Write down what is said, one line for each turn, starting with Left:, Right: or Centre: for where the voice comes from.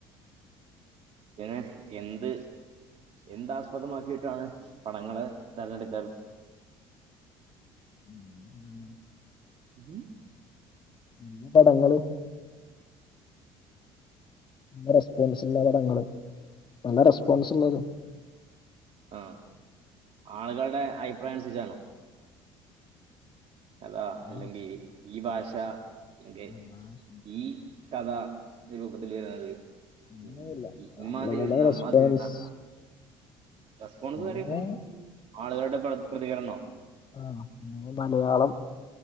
Right: പിന്നെ എന്ത് എന്താസ്പദമാക്കിയിട്ടാണ് പടങ്ങള് തിരഞ്ഞെടുക്കൽ
Left: <inaudible> നല്ല
Right: ഉം
Left: ഉം പടങ്ങളും നല്ല റെസ്പോൺസുള്ള പടങ്ങള് നല്ല റെസ്പോൺസുള്ളതും
Right: ആഹ് ആളുകളുടെ അഭിപ്രായം അനുസരിച്ചാണോ കഥ അല്ലെങ്കി
Left: ആ,
Right: ഈ ഭാഷ അല്ലെങ്കി
Left: അതാ
Right: ഈ കഥാ നിരൂപത്തിലെഴുതുന്നത്
Left: അങ്ങനൊന്നുല്ല
Right: ഉം ഇമ്മാതിരി
Left: ആളുകളുടെ
Right: ഒന്നും അമാതിരുന്നാ
Left: റെസ്പോൺസ്
Right: റെസ്പോൺസ്
Left: പിന്നെ
Right: എന്ന് പറയുമ്പോ ആളുകളുടെ പ്രതികരണോ
Left: ആഹ് പിന്ന മലയാളം